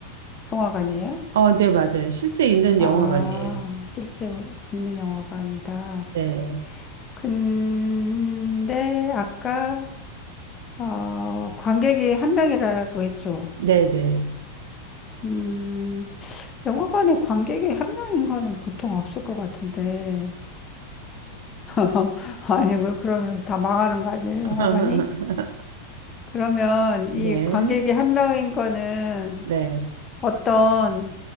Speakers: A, on the left; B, on the right.
A: 영화관이에요?
B: 어, 네, 맞아요. 실제 있는
A: 아,
B: 영화관이에요.
A: 실제 있는 영화관이다.
B: 네,
A: 근데 아까, 어, 관객이 한 명이라고 했죠.
B: 네, 네.
A: 음, 영화관에 관객이 한 명인 거는 보통 없을 것 같은데. <laughs> 아니, 뭐 그러면 다 망하는 거 아니에요,
B: <laughs>
A: 영화관이? 그러면
B: 네,
A: 이 관객이 한 명인 거는
B: 네.
A: 어떤,